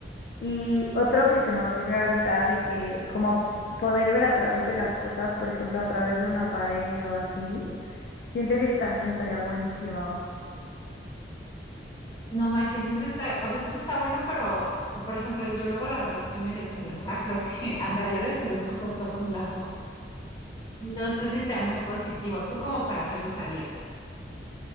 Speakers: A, on the left; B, on the left.
A: Y otro que se me ocurrió ahorita de que como poder ver a través de las cosas, por ejemplo, a través de una pared o así, siento que ese también estaría buenísimo.
B: No manches, ese está, o sea, ese está bueno, pero, o sea, por ejemplo, yo luego la verdad soy medio celosa, creo que <laughs> andaría de celosa por todos lados. No sé si sea muy positivo. ¿Tú como para qué lo usarías?